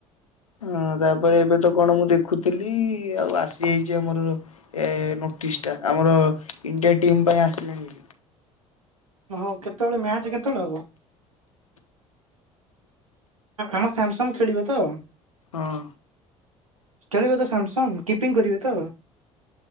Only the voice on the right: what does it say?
ହଁ କେତେବେଳେ ମ୍ୟାଚ୍ କେତେବେଳେ ହବ? ଆମ ସାମସଙ୍ଗ୍ ଖେଳିବ ତ?
ଖେଳିବେ ତ ସାମସଙ୍ଗ୍ କିପିଙ୍ଗି କରିବେ ତ?